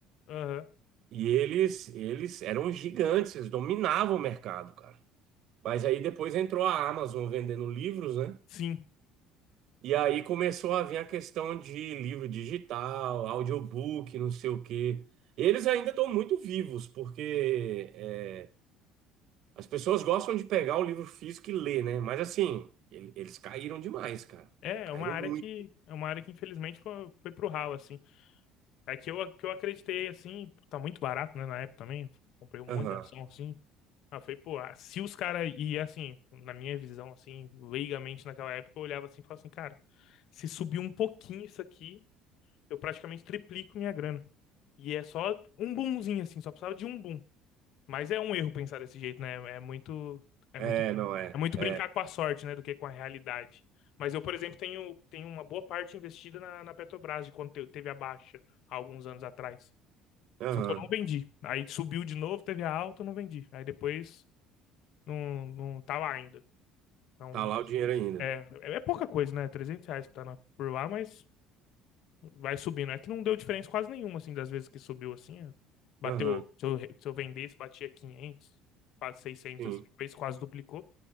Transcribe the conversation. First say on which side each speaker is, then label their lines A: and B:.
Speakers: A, on the left; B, on the right.
A: aham,
B: e eles eles eram gigantes, eles dominavam o mercado, cara. Mas aí depois entrou a Amazon vendendo livros, né?
A: sim.
B: E aí começou a vir a questão de livro digital, audiobook, não sei o quê. Eles ainda estão muito vivos, porque é, as pessoas gostam de pegar o livro físico e ler, né? Mas assim, ele- eles caíram demais, cara.
A: É,
B: Caíram
A: é uma área
B: muito.
A: que, é uma área que infelizmente foi, foi pro ralo, assim. É que eu, que eu acreditei, assim, tá muito barato, né, na época também. Comprei um monte
B: Aham.
A: de ação, assim. Aí eu falei, pô, ah, se os caras, e assim, na minha visão, assim, leigamente naquela época, eu olhava assim e falava assim, cara, se subir um pouquinho isso aqui, eu praticamente triplico minha grana. E é só um boomzinho, assim, só precisava de um boom. Mas é um erro pensar desse jeito, né? É muito, é
B: É,
A: muito,
B: não é.
A: é muito
B: É.
A: brincar com a sorte, né, do que com a realidade. Mas eu, por exemplo, tenho, tenho uma boa parte investida na, na Petrobras, de quando te- teve a baixa, há alguns anos atrás.
B: Aham.
A: Só que eu não vendi. Aí subiu de novo, teve a alta, eu não vendi. Aí depois. Não, não tá lá ainda. Então,
B: Tá lá o dinheiro ainda.
A: é, é pouca coisa, né? trezentos reais que tá na- por lá, mas vai subindo. É que não deu diferença quase nenhuma, assim, das vezes que subiu, assim. é. Bateu,
B: Aham.
A: se eu, se eu vendesse, batia quinhentos quase seiscentos
B: Sim.
A: assim, uma vez quase duplicou.